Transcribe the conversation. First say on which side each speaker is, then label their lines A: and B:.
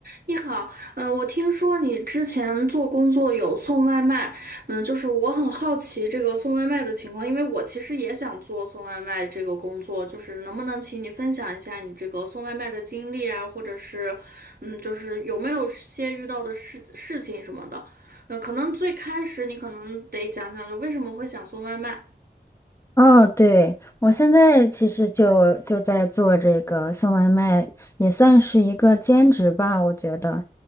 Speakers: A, on the right (about 55°); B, on the left (about 15°).
A: 你好，呃，我听说你之前做工作有送外卖，嗯，就是我很好奇这个送外卖的情况，因为我其实也想做送外卖这个工作，就是能不能请你分享一下你这个送外卖的经历啊，或者是，嗯，就是有没有些遇到的事事情什么的，嗯，可能最开始你可能得讲讲，就为什么会想送外卖。
B: 哦，对，我现在其实就就在做这个送外卖，也算是一个兼职吧，我觉得，